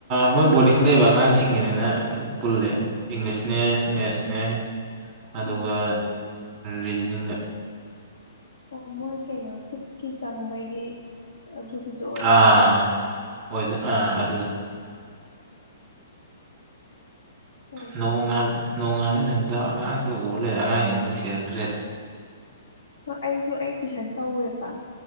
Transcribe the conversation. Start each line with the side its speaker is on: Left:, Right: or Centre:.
Right: ꯃꯣꯏ ꯕꯣꯔꯗꯤꯡ ꯂꯩꯕ ꯑꯉꯥꯡꯁꯤꯡꯒꯤꯅꯤꯅ ꯄꯨꯜꯂꯦ ꯏꯪꯂꯤꯁꯅꯦ ꯃꯦꯠꯁꯅꯦ ꯑꯗꯨꯒ
Left: ꯎꯝ
Right: ꯔꯤꯖꯅꯤꯡꯒ
Left: ꯑꯣ ꯃꯣꯏ ꯀꯩꯅꯣ ꯁꯤꯛꯁꯀꯤ ꯆꯪꯕꯒꯤ ꯑꯗꯨꯒꯤꯗꯣ ꯑꯣꯏꯗꯣꯏꯔꯥ
Right: ꯑꯥ ꯑꯣꯏꯗ ꯑꯥ
Left: ꯑꯣ
Right: ꯑꯗꯨꯗ
Left: ꯍ
Right: ꯅꯣꯡ ꯅꯣꯡ ꯉꯥꯃꯤ ꯅꯨꯃꯤꯠꯇ ꯑꯉꯥꯡꯗꯣ ꯎꯔ ꯂꯩꯦ ꯑꯉꯥꯡꯁꯤꯡ ꯅꯨꯡꯁꯤꯔꯛꯇ꯭ꯔꯦ
Left: ꯑꯩꯁꯨ ꯑꯩ ꯇꯨꯏꯁꯟ ꯀꯧꯋꯦꯕ